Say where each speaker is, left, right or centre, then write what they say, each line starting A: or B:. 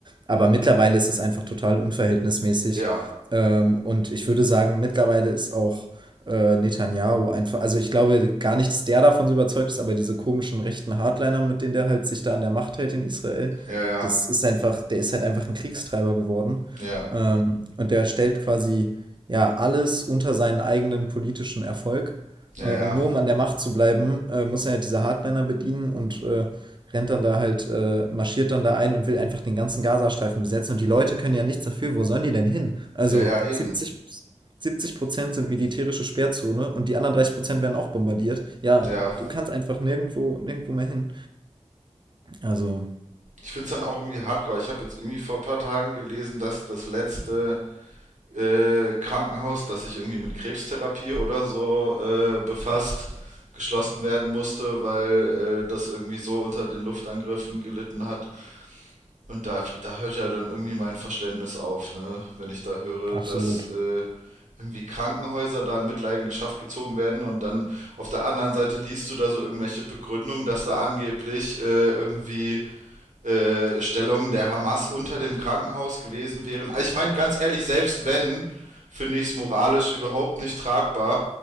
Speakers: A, on the right; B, on the right.
A: Aber mittlerweile ist es einfach total unverhältnismäßig.
B: Ja,
A: Ähm, und ich würde sagen, mittlerweile ist auch äh, Netanyahu einfach, also ich glaube gar nicht, dass der davon so überzeugt ist, aber diese komischen rechten Hardliner, mit denen der halt sich da an der Macht hält in Israel,
B: ja, ja,
A: das ist einfach, der ist halt einfach ein Kriegstreiber geworden.
B: ja,
A: Ähm, und der stellt quasi ja alles unter seinen eigenen politischen Erfolg.
B: ja,
A: Äh,
B: ja,
A: und nur um an der Macht zu bleiben, äh, muss er halt diese Hardliner bedienen und äh, rennt dann da halt, äh, marschiert dann da ein und will einfach den ganzen Gazastreifen besetzen. Und die Leute können ja nichts dafür. Wo sollen die denn hin? Also
B: ja, ja, eben.
A: 70, 70% sind militärische Sperrzone und die anderen 30% werden auch bombardiert. Ja,
B: Ja,
A: du kannst einfach nirgendwo, nirgendwo mehr hin. Also,
B: ich find's dann auch irgendwie hardcore. Ich habe jetzt irgendwie vor ein paar Tagen gelesen, dass das letzte äh, Krankenhaus, das sich irgendwie mit Krebstherapie oder so äh, befasst, geschlossen werden musste, weil äh, das irgendwie so unter den Luftangriffen gelitten hat, Und da, da hört ja dann irgendwie mein Verständnis auf, ne? Wenn ich da höre,
A: Absolut.
B: dass äh, irgendwie Krankenhäuser da in Mitleidenschaft gezogen werden und dann auf der anderen Seite liest du da so irgendwelche Begründungen, dass da angeblich äh, irgendwie äh, Stellungen der Hamas unter dem Krankenhaus gewesen wären. Also ich meine, ganz ehrlich, selbst wenn, finde ich es moralisch überhaupt nicht tragbar,